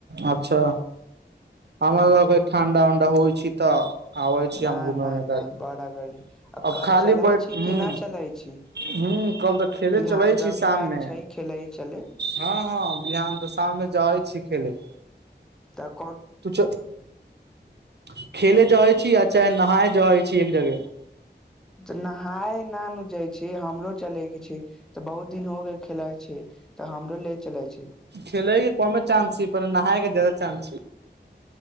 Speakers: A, on the right; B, in the centre.
A: अच्छा हमर
B: आ
A: ल ठण्डा वण्डा होइ छी तऽ आबै छी
B: न
A: हम घुमे
B: न न बड़ा गर्मी आ
A: अब
B: कल
A: खाली
B: चलै
A: बैठ
B: छी
A: हू
B: कि न चलै छी
A: हूॅं कल तऽ खेले
B: बिहान
A: चलै छी
B: रविवार
A: शाममे।
B: छै खेले चले
A: हँ हँ बिहान तऽ शाममे जै छी खेले लय
B: त
A: त खेेले जाइ छी आ नहााय जाइ छी एक जगह
B: नहाय नानु जाइ छी हमरो चले के छैय तऽ बहुत दिन हो के खेलक छैय ते हमरो ले चले छैय।
A: खेलैके कम चानंस ह पर न हाय एक ज जााददा चानंस छैय।